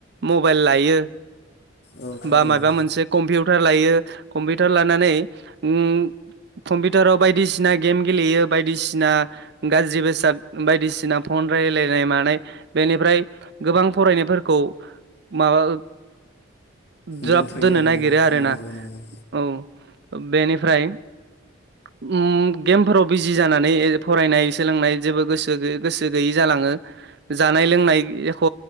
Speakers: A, on the right; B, on the left.
A: मबाइल लायो
B: औ थारैनो
A: बा मायबा मोनसे कम्पिउटार लायो कम्पिउटार लानानै उओ कम्पिउटाराव बायदिसिना गेम गेलेयो बायदिसिना गाज्रि बेसाद बायदिसिना फन फन रायलायनाय मानाय बेनिफ्राय गोबां फरायनायफोरखौ माबा ज्राब
B: दोनथ'यो
A: दोननो
B: आरोना
A: नागिरो आरो
B: नंगौ
A: ना
B: नंगौ
A: औ बेनिफ्राय उम गेमफोराव बिजि जानानै फरायनाय सोलोंनाय जेबो गोसो गो गोसो गैयि जालाङ थाङो जानाय लोंनाय एख'